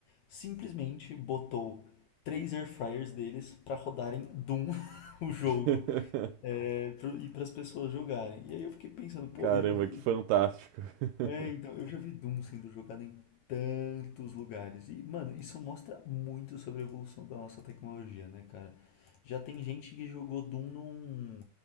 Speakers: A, on the left; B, on the right.
A: simplesmente botou três air fryers deles pra rodarem Doom, <laughs> o jogo,
B: <laughs>
A: é, pro- e para as pessoas jogarem. E aí eu fiquei pensando, pô,
B: Caramba,
A: eu já vi
B: que fantástico. <laughs>
A: é, então, eu já vi Doom sendo jogado em tantos lugares. E, mano, isso mostra muito sobre a evolução da nossa tecnologia, né, cara? Já tem gente que jogou Doom num,